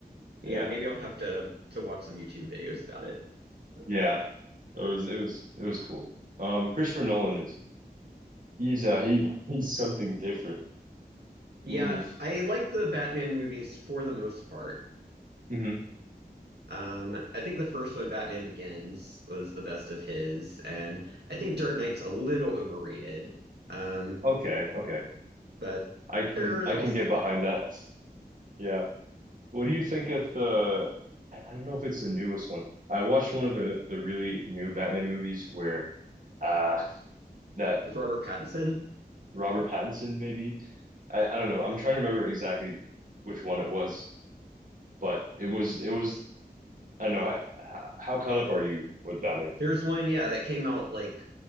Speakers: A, on the right; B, on the right.
A: yeah.
B: Yeah, maybe I'll have to to watch some YouTube videos about it. Um,
A: Yeah. It was it was it was cool. Um Christopher Nolan is he's uh he <laughs> he's something different. Mm,
B: Yeah, f- I like the Batman movies for the most part.
A: hmm
B: Um, I think the first one, Batman Begins, was the best of his, and I think Dark Knight's a little overrated, um,
A: Okay, okay.
B: but
A: I can
B: they're,
A: I
B: they're
A: can
B: all solid.
A: get behind that. Yeah. What do you think of the I, I don't know if it's the newest one. I watched one of the the really new Batman movies where uh that
B: With Robert Pattinson,
A: Robert Pattinson maybe I, I don't know. I'm trying to remember exactly which one it was, but it was it was I don't know how, how how caught up are you with Batman?
B: there's one, yeah, it came out like